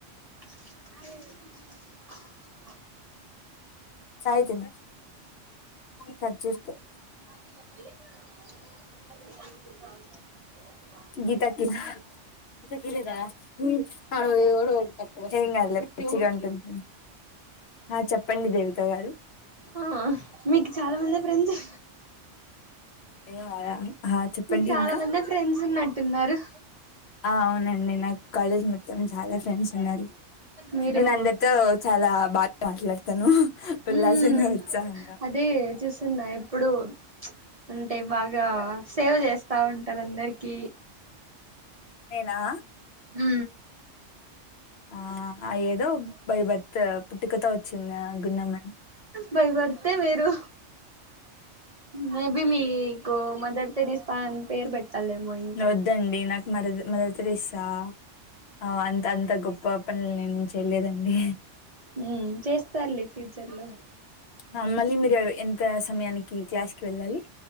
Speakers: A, on the right; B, on the left.
A: అయ్యి
B: కాయ్ తిను ఖర్జూరు కాయ్
A: <inaudible>
B: గీత కి గీత కి ఈలేదా ఉ <unintelligible> ఏం కాదులే మచ్చిగా అంటుంది ఆ చెప్పండి దేవికా గారు
A: ఆ మీకు చాలా మంది ఫ్రెండ్స్
B: <unintelligible> చెప్పండి
A: మీకు చాలా
B: ఇంకా
A: మందే ఫ్రెండ్స్ ఉన్నట్టున్నారు
B: ఆ అవునండి నాకు కాలేజ్ మొత్తం చాలా ఫ్రెండ్స్ ఉన్నారు
A: మీరు
B: నేను అందరితో చాలా బాగా మాట్లాడతాను ఉల్లాసంగా
A: హ్మ్
B: ఉత్సాహంగా
A: అదే చూస్తున్నా ఎప్పుడు అంటే బాగా సేవ్ చేస్తా ఉంటారు అందరికి
B: నేనా
A: ఉ
B: ఆ ఏదో బై బర్త్ పుట్టుకతో వచ్చిందా గున్నమ
A: బై బర్తే మీరు మేబి మీ గో మదర్ థెరీసా అని పేరు పె తలే మయి
B: న వద్దండి నాకు మర మదర్ థెరీసా ఆ అంత అంత గొప్ప నేను నుంచి వెళ్లేదండి
A: ఉ చేస్తారులే ఫ్యూచర్ లో
B: మమ్మల్ని మీరి ఎన్ త సమయానికి క్లాస్ కి వెళ్ళాలి